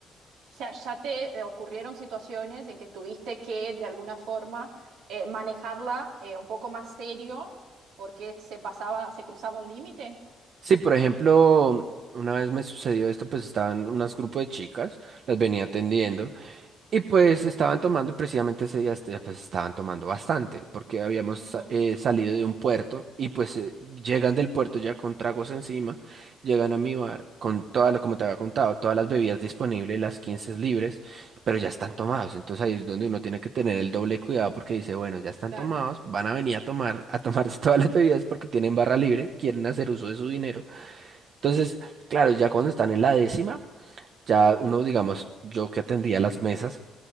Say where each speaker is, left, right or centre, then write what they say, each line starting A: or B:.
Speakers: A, on the right; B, on the right.
A: O sea, ya te eh, ocurrieron situaciones en que tuviste que, de alguna forma, eh, manejarla eh, un poco más serio porque se pasaba, se cruzaba un límite.
B: Sí, por ejemplo, una vez me sucedió esto, pues estaban unos grupos de chicas, las venía atendiendo Y pues estaban tomando, precisamente ese día este- pues estaban tomando bastante, porque habíamos
A: Ujú,
B: sa- eh, salido de un puerto y pues eh, llegan del puerto ya con tragos encima, llegan a mi bar con todas, lo- como te había contado, todas las bebidas disponibles, las 15 libres, pero ya están tomados, entonces ahí es donde uno tiene que tener el doble cuidado porque dice, bueno, ya están
A: claro.
B: tomados, van a venir a tomar, a tomarse <laughs> todas las bebidas porque tienen barra libre, quieren hacer uso de su dinero. Entonces, claro, ya cuando están en la décima, ya uno, digamos, yo que atendía las mesas,